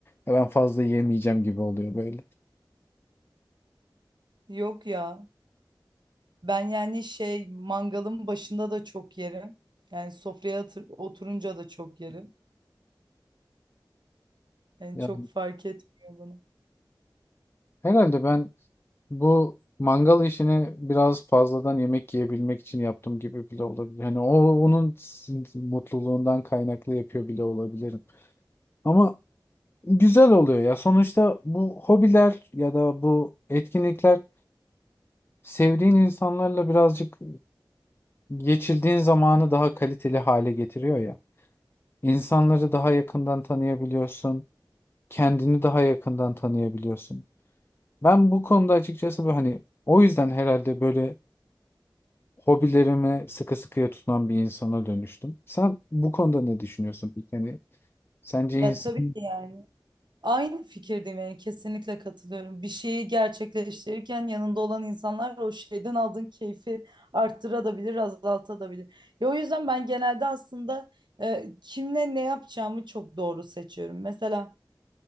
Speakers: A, on the left; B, on the right.
A: "Ya ben fazla yemeyeceğim gibi oluyor böyle.
B: Yok ya. Ben yani şey mangalın başında da çok yerim. Yani sofraya atır- oturunca da çok yerim. Yani
A: Ya,
B: çok fark etmiyor bana.
A: herhalde ben bu mangal işini biraz fazladan yemek yiyebilmek için yaptım gibi bile olabilir. Hani o onun sin- mutluluğundan kaynaklı yapıyor bile olabilirim. Ama güzel oluyor ya. Sonuçta bu hobiler ya da bu etkinlikler sevdiğin insanlarla birazcık geçirdiğin zamanı daha kaliteli hale getiriyor ya. İnsanları daha yakından tanıyabiliyorsun, kendini daha yakından tanıyabiliyorsun. Ben bu konuda açıkçası bu hani o yüzden herhalde böyle hobilerime sıkı sıkıya tutunan bir insana dönüştüm. Sen bu konuda ne düşünüyorsun peki? Hani sence
B: Ya
A: insan
B: tabii ki yani. Aynı fikirdeyim yani kesinlikle katılıyorum. Bir şeyi gerçekleştirirken yanında olan insanlar o şeyden aldığın keyfi arttırabilir, azaltabilir. Ya o yüzden ben genelde aslında e, kimle ne yapacağımı çok doğru seçiyorum. Mesela